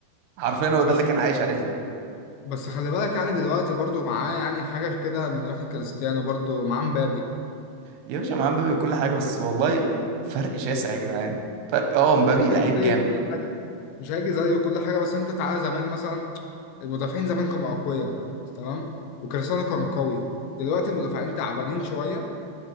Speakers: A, on the right; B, on the left.
A: حرفيا هو ده
B: بس
A: اللي كان عايش عليه زيدان
B: بس خلي بالك يعني دلوقتي برضو معاه يعني حاجة كده من ريحة كريستيانو برضو معاه مبابي
A: يا باشا مع مبابي وكل حاجة بس والله فرق شاسع يا جدعان فرق اه مبابي
B: مش
A: لعيب
B: هيجي زيه
A: جامد
B: كل حاجة مش هيجي زيه كل حاجة بس أنت تعالى زمان مثلا المدافعين زمان كانوا أقوياء تمام وكريستيانو كان قوي دلوقتي المدافعين تعبانين شوية